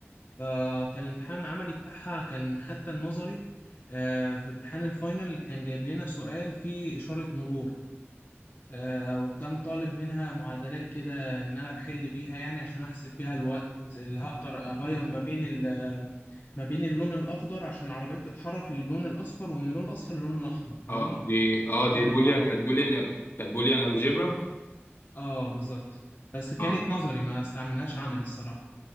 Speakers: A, on the left; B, on the left.
A: فكان الامتحان العملي بتاعها كان حتى النظري آه في امتحان الفاينل كان جايب لنا سؤال فيه اشاره مرور آه وكان طالب منها معادلات كده ان انا بحل بيها يعني عشان احسب بيها الوقت اللي هقدر اغير ما بين ال- ما بين اللون الاخضر عشان العربيات تتحرك للون الاصفر ومن اللون الاصفر للون الاحمر فاهمني
B: اه دي اه
A: فكانت
B: دي بوليا
A: اه
B: كانت بوليان كانت بوليان الجبرا
A: اه بالظبط بس كانت
B: اه
A: نظري ما استعملناش عملي الصراحة